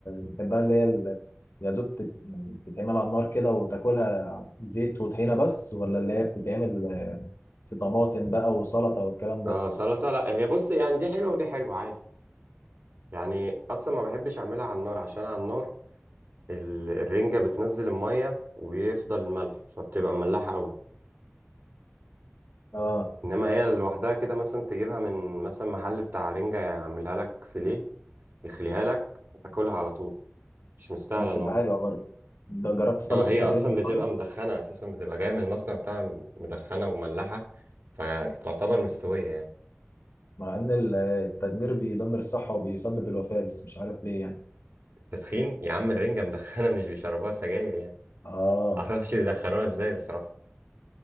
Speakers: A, on the left; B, on the right.
A: بتحبها اللي هي ال- يا دوب تت- يعني بتتعمل على النار كده وتاكلها زيت وطحينة بس ولا اللي هي بتتعمل آه، في طماطم بقى وسلطة والكلام ده
B: اه سلطة لا هي بص يعني دي حلوة ودي حلوة عادي يعني اصلا ما بحبش اعملها على النار عشان على النار ال- الرنجة بتنزل المية ويفضل الملح فبتبقى مملحة قوي
A: اه
B: انما هي لوحدها كده مثلا تجيبها من مثلا محل بتاع رنجة يعملها لك فيليه يخليها لك وتاكلها على طول مش مستاهلة
A: هي بتبقى
B: نار
A: حلوة برضه ده جربت سلطة
B: هو هي اصلا
A: الرنج
B: بتبقى
A: طيب
B: مدخنة اساسا بتبقى جاية من المصنع بتاعها مدخنة ومملحة فتعتبر مستوية يعني
A: مع ان ال- التدمير بيدمر الصحة وبيسبب الوفاة بس مش عارف ليه يعني
B: تدخين يا عم الرنجة مدخنة مش بيشربوها سجاير يعني
A: اه
B: <laughs> معرفش بيدخنوها ازاي بصراحة